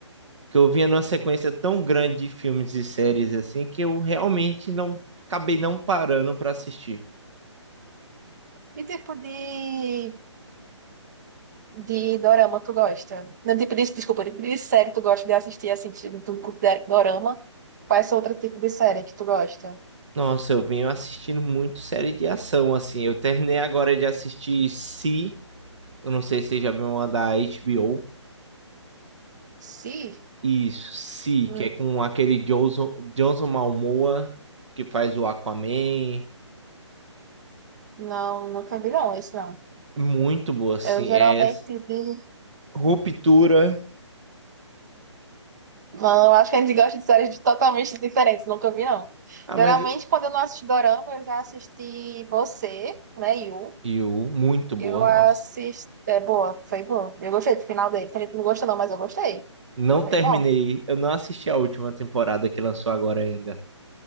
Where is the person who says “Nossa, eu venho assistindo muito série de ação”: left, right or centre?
Right